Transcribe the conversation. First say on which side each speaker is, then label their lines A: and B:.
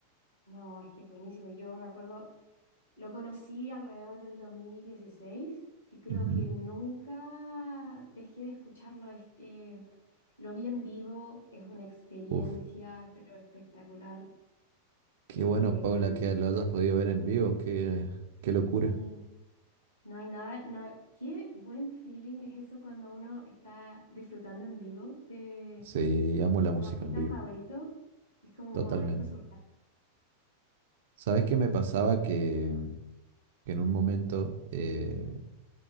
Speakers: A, on the left; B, on the right.
A: No, es que es buenísimo. Yo me acuerdo, lo conocí alrededor del 2016 y creo
B: Ujú.
A: que nunca dejé de escucharlo. Es que lo vi en vivo, es una experiencia,
B: Uf,
A: pero espectacular.
B: qué
A: Em,
B: bueno, Paula, que lo hayas podido ver en vivo, qué, qué locura.
A: Sí. no hay nada, no, qué buen feeling es eso cuando uno está disfrutando en vivo de
B: Sí, amo la música
A: tu artista
B: en vivo,
A: favorito. Es como
B: totalmente.
A: un momento surreal.
B: ¿Sabés qué me pasaba? Que, que en un momento eh,